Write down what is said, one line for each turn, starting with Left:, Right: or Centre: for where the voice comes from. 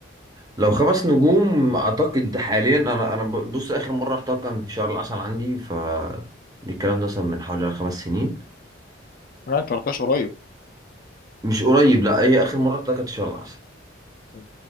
Right: لو خمس نجوم أعتقد حاليا أنا أنا ب- بص آخر مرة رحتها كان في شهر العسل عندي ف دي الكلام ده مثلا من حوالي خمس سنين
Left: يعني انت ما رحتش قريب
Right: مش قريب لا هي اخر مره طلعت كانت شهر العسل
Left: طب